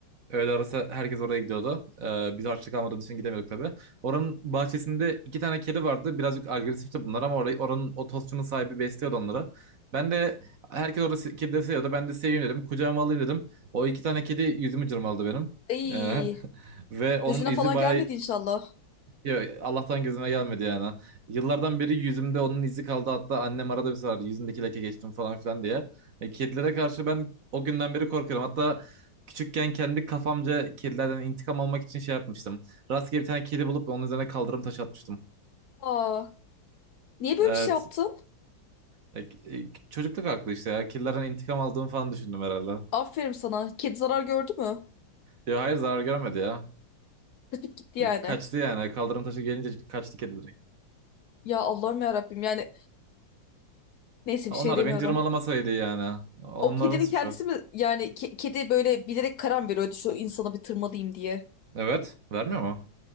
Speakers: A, on the right (about 50°); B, on the left (about 65°).
A: Öğle arası herkes oraya gidiyordu. Ee, biz harçlık almadığımız için gidemiyorduk tabii. Oranın bahçesinde iki tane kedi vardı. Birazcık agresifti bunlar ama orayı, oranın o tostçunun sahibi besliyordu onları. Ben de herkes orada se- kedileri seviyordu. Ben de seveyim dedim. Kucağıma alayım dedim. O iki tane kedi yüzümü cırmaladı benim.
B: Ay
A: Ee, <laughs> ve onun
B: Gözüne
A: izi
B: falan
A: bayağı
B: gelmedi inşallah.
A: ya Allah'tan gözüme gelmedi yani. Yıllardan beri yüzümde onun izi kaldı. Hatta annem arada bir sorar yüzündeki leke geçtim falan filan diye. E, kedilere karşı ben o günden beri korkuyorum. Hatta küçükken kendi kafamca kedilerden intikam almak için şey yapmıştım. Rastgele bir tane kedi bulup onun üzerine kaldırım taşı atmıştım.
B: Aa, niye böyle
A: Evet.
B: bir şey yaptın?
A: E, e, çocukluk aklı işte ya. Kedilerden intikam aldığımı falan düşündüm herhalde.
B: Aferin sana. Kedi zarar gördü mü?
A: Ya hayır zarar görmedi ya.
B: Kaçıp gitti yani.
A: E, kaçtı yani. Kaldırım taşı gelince kaçtı kedi direkt.
B: Ya Allah'ım ya Rabbim yani neyse
A: Onlar
B: bir şey demiyorum.
A: da beni cırmalamasaydı yani. Onların
B: O kedinin
A: suçu.
B: kendisi mi yani ke- kedi böyle bilerek karar mı veriyordu şu insanı bir tırmalayayım diye.
A: Evet. Vermiyor mu?